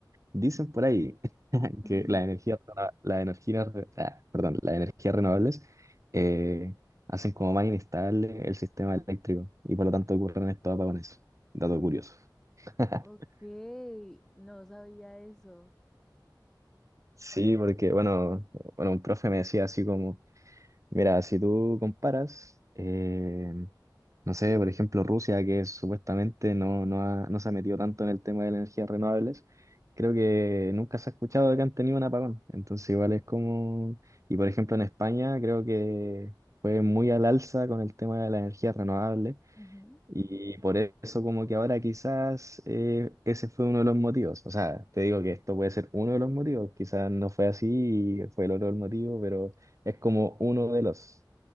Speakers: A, on the right; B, in the centre.
A: dicen por ahí <laughs>
B: <laughs>
A: que las energías, rena- las energías, re- ah, perdón, las energías renovables eh, hacen como más inestable el sistema eléctrico y por lo tanto ocurren estos apagones. Dato curioso. <laughs>
B: Ok, no sabía eso.
A: Sí, porque bueno, bueno, un profe me decía así como, mira, si tú comparas, eh, No sé, por ejemplo, Rusia, que supuestamente no, no, ha- no se ha metido tanto en el tema de las energías renovables, creo que nunca se ha escuchado de que han tenido un apagón. Entonces, igual es como... Y por ejemplo, en España creo que fue muy al alza con el tema de las energías renovables
B: Ujú.
A: y por eso como que ahora quizás eh, ese fue uno de los motivos. O sea, te digo que esto puede ser uno de los motivos, quizás no fue así y fue el otro el motivo, pero es como uno de los...